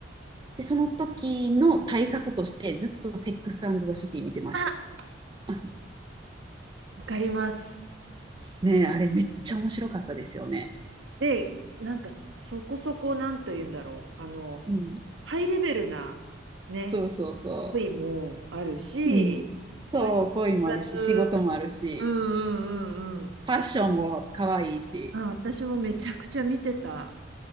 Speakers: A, on the right (about 25°); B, on the right (about 75°).
A: で、その時の対策としてずっとセックスザ・シティ見てました。
B: あ、
A: <laughs>
B: わかります。
A: ねえ、あれめっちゃ面白かったですよね。
B: で、なんかそこそこなんと言うんだろう、あの、
A: うん。
B: ハイレベルなね、
A: そうそうそ
B: 恋もあるし、
A: う。うん。そう、
B: 割と複雑。
A: 恋もあるし、仕事もあるし、
B: うんうんうんうん。
A: ファッションも可愛いし。
B: あ、私もめちゃくちゃ見てた。